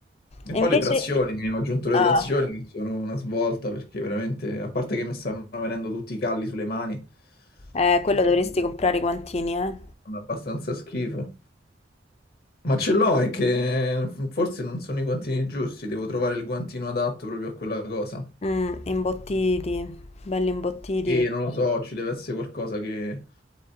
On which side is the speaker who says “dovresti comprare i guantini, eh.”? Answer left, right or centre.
Left